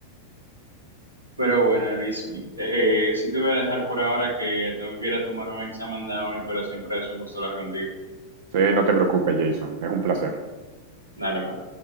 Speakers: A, on the right; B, on the right.
A: Pero bueno, Luis, sí, eh, eh, sí te voy a dejar por ahora que tengo que ir a tomar un examen de hoy, pero siempre es un gusto hablar contigo.
B: sí, no te preocupes, Jason. Es un placer.
A: Dale, va.